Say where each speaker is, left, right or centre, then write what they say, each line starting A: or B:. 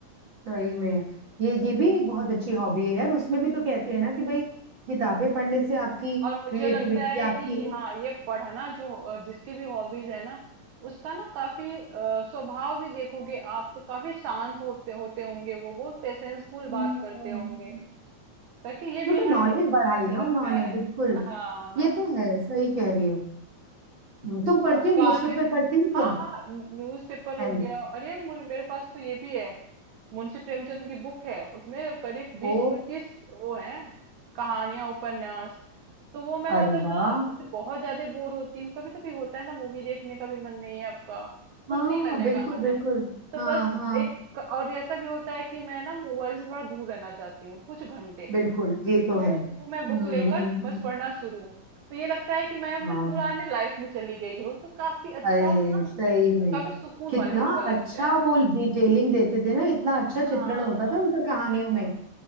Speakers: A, on the right (about 40°); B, on the right (about 80°).
A: सही में ये ये भी एक बहुत अच्छी हॉबी है यार उसमें भी तो कहते हैं ना कि भाई किताबें पढ़ने से आपकी
B: और मुझे
A: क्रिएटिविटी
B: लगता है
A: आपकी
B: कि हाँ ये पढ़ना जो अ, जिसकी भी हॉबीज है ना उसका ना काफी अ, स्वभाव भी देखोगे आप तो काफी शांत होते होते होंगे वो बहुत पेशेंसफुल
A: हम्म,
B: बात करते होंगे ताकि ये
A: क्योंकि
B: बिहेवियर
A: नॉलेज
B: में
A: बढ़ाई
B: उनके झलकता
A: ना उन्होंने
B: है
A: बिल्कुल
B: हाँ हाँ
A: ये तो है सही कह रही हो हम्म, तुम पढ़ती
B: और
A: हो न्यूज़पेपर
B: गाने
A: पढ़ती हो
B: हाँ
A: तुम
B: हाँ न्यूज़पेपर हो
A: N
B: गया अरे यार मुझे मेरे पास तो ये भी है मुंशी प्रेमचंद की बुक है उसमें करीब
A: O
B: बीस पच्चीस वो है कहानियां उपन्यास तो वो मैं मतलब
A: अरे
B: ना
A: वाह
B: जैसे बहुत ज्यादा बोर होती हूँ कभी कभी होता है ना मूवी देखने का भी मन नहीं है आपका कुछ
A: हाँ
B: नहीं करने
A: बिल्कुल
B: का मन
A: बिल्कुल
B: है तो
A: हाँ
B: बस
A: हाँ
B: एक और ऐसा भी होता है कि मैं ना मोबाइल से थोड़ा दूर रहना चाहती हूँ कुछ घंटे
A: बिल्कुल ये तो
B: तो
A: है हम्म
B: वो मैं बुक लेकर
A: हम्म, हम्म,
B: बस पढ़ना शुरू तो ये लगता है कि मैं अपने
A: हाँ
B: पुराने
A: हाँ।
B: लाइफ में चली गई हूँ तो काफी अच्छा
A: अरे
B: हो ना
A: सही में
B: काफी सुकून
A: कितना
B: वाले वो पल
A: अच्छा
B: लगते हैं
A: वो डिटेलिंग देते थे ना इतना अच्छा
B: हाँ
A: चित्रण होता
B: हाँ
A: था उनका
B: हाँ
A: कहानियों में
B: हाँ